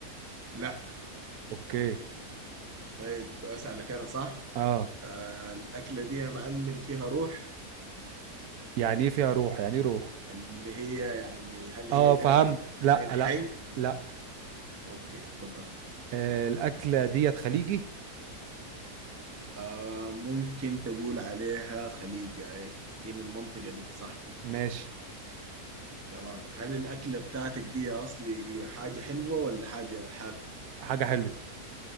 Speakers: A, on the right; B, on the right.
A: لا
B: اوكي
A: طيب اسألك انا صح
B: اه
A: آه الأكلة دي يا معلم فيها روح
B: يعني ايه فيها روح يعني ايه روح
A: اللي هي يعني هل
B: اه
A: هي كانت
B: فهمت
A: كائن
B: لا لا
A: حي
B: لا
A: اوكي تفضل
B: آه الاكله ديت خليجي
A: آه ممكن تقول عليها خليجة هي من المنطقة دي صح
B: ماشي
A: تمام هل الأكلة بتاعتك دي يا أصلي هي حاجة حلوة ولا حاجة حادقة؟
B: حاجه حلوه